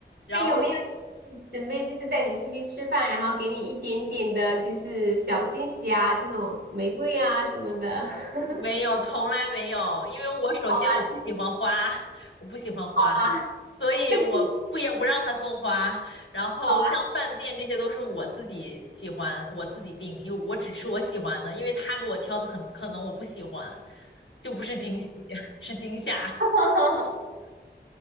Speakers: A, on the left; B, on the right.
A: 然后
B: 他有没有就是准备就是带你出去吃饭，然后给你一点点的就是小惊喜啊，这种玫瑰啊什么的？<laughs>
A: 没有，从来没有，因为我首先我不喜欢花，
B: 好吧，
A: 我不喜欢花，
B: 好吧，
A: 所以我不也不让他送花。
B: 那更
A: 然后像饭店这些都是我自己喜欢，
B: 好吧，
A: 我自己订，因为我只吃我喜欢的，因为他给我挑的很可能我不喜欢，就不是惊喜，<laughs> 是惊吓。
B: <laughs>